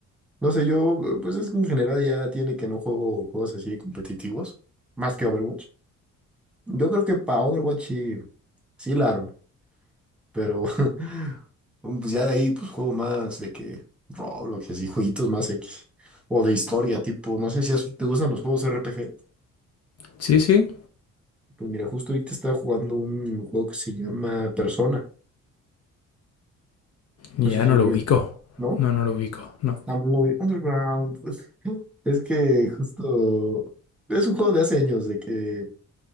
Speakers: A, in the centre; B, on the left.
A: No sé, yo, eh, pues es que en general ya tiene que no juego juegos así competitivos, más que Overwatch. Yo creo que para Overwatch sí, sí la armo, pero <laughs> pues ya de ahí pues juego más de que Roblox, así, jueguitos más X. O de historia, tipo, no sé si es- te gustan los juegos RPG.
B: Sí, sí.
A: Pues mira, justo ahorita estaba jugando un juego que se llama Persona.
B: Ya
A: No sé si
B: no
A: lo
B: lo
A: oyes,
B: ubico.
A: ¿no?
B: No, no lo ubico. No.
A: Está muy underground. Pues, <laughs> Es que justo es un juego de hace años, de que